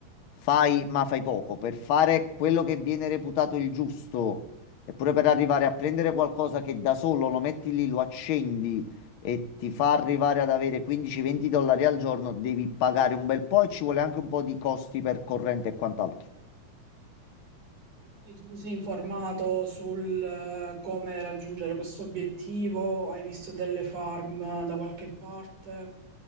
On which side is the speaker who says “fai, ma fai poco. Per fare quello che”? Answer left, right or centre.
Left